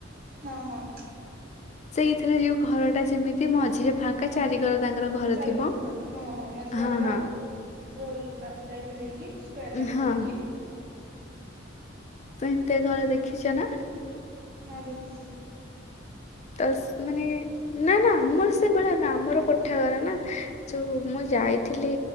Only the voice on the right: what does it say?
ହଁ ହଁ।
ଚାରିପଟେ
ଘର ହଁ ମଝିଟା
ଗୋଟେ
ଗୋଲ ଟାଇପ ର ହେଇକି ସ୍କ୍ୱାର
ଟାଇପ
ର ହେଇକି।
ହଁ ଦେଖିଚି।